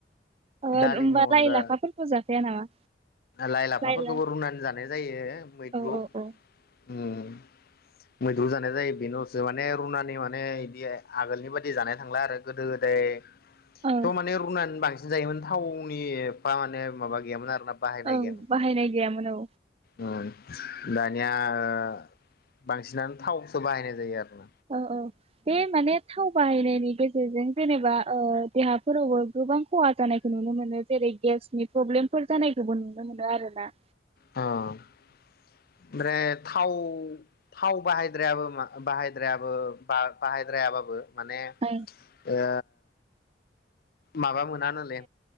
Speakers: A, on the right; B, on the left.
A: ओ
B: दालिनि
A: होमबा
B: अनगा
A: लाय लाफाफोरबो जाखाया नामा
B: लाइ लाफाफोरखौबो
A: लायला
B: रुनानै जानाय जायो मैद्रु
A: औ औ औ
B: उम मैद्रु जानाय जायो बेनोसो माने रुनानि माने इदि आगोलनि बायदि जानाय थांला आरो गोदो गोदाय
A: औ
B: त माने रूनानै‌ बां सिन जायोमोन थावनि पा माने माबा गैयामोन आरोना बाहायनाय
A: ओं
B: गैयामोन
A: बाहायनाय गैयामोन औ
B: उम दानिया ओ बांसिनानो थावसो बाहायनाय जायो आरो
A: अ औ बे माने थाव बाहाय नायनि गेजेरजों जेनेबा ओ देहाफोरावबो गोबां खहा जानायखौ नुनो मोनो जेरै गेसनि प्रब्लेमफोर जानायखौबो नुनो मोनो आरो ना
B: अ ओमफ्राय थाव थाव बाहायद्रायाबो बाहायद्रायाबो बाहायद्रायाबाबो माने
A: ओं,
B: ओ माबा मोनानोले